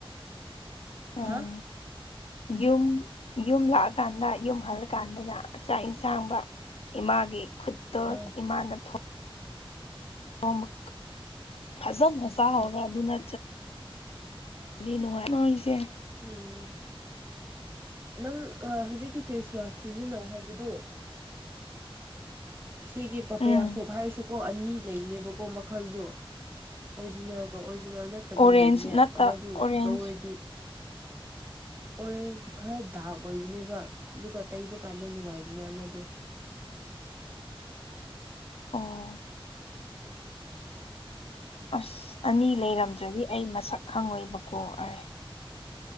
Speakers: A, on the left; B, on the right.
A: ꯎꯝ
B: ꯍꯥ
A: ꯌꯨꯝ ꯌꯨꯝ ꯂꯥꯛꯑꯀꯥꯟꯗ ꯌꯨꯝ ꯍꯜꯂꯀꯥꯟꯗꯅꯥꯛ ꯏꯟꯁꯥꯡꯕ ꯏꯃꯥꯒꯤ ꯈꯨꯠꯇꫭ
B: ꯑꯥ
A: ꯏꯃꯥꯅ ꯊꯣꯛ ꯑꯣ ꯐꯖꯝ ꯃꯁꯥꯔ ꯑꯗꯨꯅ ꯑꯗꯨꯗꯤ ꯅꯨꯡꯉꯥꯏꯅꯣ ꯑꯩꯁꯦ
B: ꯎꯝ ꯅꯪ ꯍꯧꯖꯤꯛꯀꯤ ꯐꯦꯁ ꯋꯥꯁ ꯁꯤꯖꯤꯟꯅꯧ ꯍꯥꯏꯕꯗꯨ ꯁꯤꯒꯤ ꯄꯥꯄꯥꯌꯥ
A: ꯎꯝ
B: ꯁꯣꯞ ꯍꯥꯏꯔꯁꯨ ꯀꯣ ꯑꯅꯤ ꯂꯩꯅꯦꯕꯀꯣ ꯃꯈꯜꯗꯣ ꯑꯣꯔꯤꯖꯤꯅꯦꯜ ꯀꯣ ꯑꯣꯔꯤꯖꯤꯅꯦꯜ ꯅꯠꯇ ꯐꯠꯇꯕ
A: ꯑꯣꯔꯦꯟꯖ
B: ꯂꯩꯕꯅꯦ
A: ꯅꯠꯇ
B: ꯑꯃꯗꯨ
A: ꯑꯣꯔꯦꯟꯖ
B: ꯂꯧꯔꯗꯤ ꯑꯣꯔꯦꯟꯖ ꯈꯔ ꯗꯥꯔꯛ ꯑꯣꯏꯕꯅꯦꯕ ꯑꯗꯨꯒ ꯇꯩꯕ ꯀꯥꯟꯗ ꯅꯨꯡꯉꯥꯏꯕꯅꯦ ꯑꯃꯗꯣ
A: ꯑꯣ
B: ꯎꯝ
A: ꯑꯁ ꯑꯅꯤ ꯂꯩꯔꯝꯗ꯭ꯔꯗꯤ ꯑꯩ ꯃꯁꯛ ꯍꯪꯉꯣꯏꯕꯀꯣ ꯑꯔꯦ